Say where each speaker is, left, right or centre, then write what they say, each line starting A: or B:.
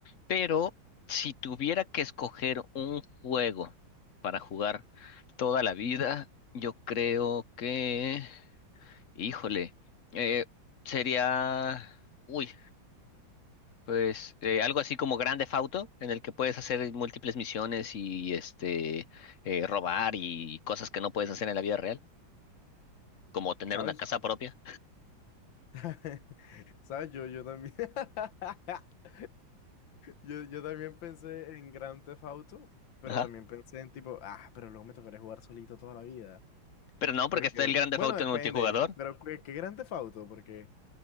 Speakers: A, on the left; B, on the left.
A: Pero si tuviera que escoger un juego para jugar toda la vida, yo creo que, híjole, eh, sería, uy, pues eh, algo así como Grand Theft Auto, en el que puedes hacer múltiples misiones y este eh, robar y cosas que no puedes hacer en la vida real, como tener
B: ¿Sabes?
A: una casa propia.
B: <laughs> ¿Sabes? Yo, yo también. <laughs> Yo, yo también pensé en Grand Theft Auto, pero
A: Ajá.
B: también pensé en tipo, ah, pero luego me tocaría jugar solito toda la vida.
A: Pero no,
B: Porque,
A: porque está el Grand Theft
B: bueno,
A: Auto
B: depende,
A: en multijugador.
B: pero ¿qué, qué Grand Theft Auto? Porque,